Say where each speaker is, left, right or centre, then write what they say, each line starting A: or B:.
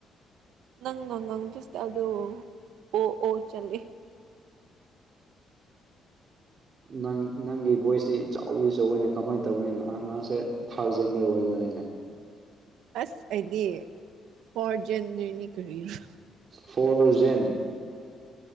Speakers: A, on the right (about 85°); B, on the right (about 50°).
A: ꯅꯪ ꯅꯪꯪ ꯇꯁꯦ ꯑꯗꯨ ꯑꯣ ꯑꯣ ꯆꯠꯂꯦ
B: ꯅꯪ ꯅꯪꯒꯤ ꯚꯣꯏꯁꯇꯤ ꯏꯆꯥꯎꯗꯤ ꯆꯥꯎꯋꯤꯅꯦ ꯀꯃꯥꯏꯅ ꯇꯧꯅꯤ ꯅꯍ ꯅꯍꯁꯦ ꯊꯥꯔꯠ ꯖꯦꯟꯗꯔ ꯑꯣꯏꯔꯝꯕ ꯂꯩꯅꯦ꯫
A: ꯑꯁ ꯑꯩꯗꯤ ꯐꯣꯔ ꯖꯟꯗꯅꯤ ꯀꯔꯤꯅꯣ꯫
B: ꯐꯣꯔꯖꯦꯟ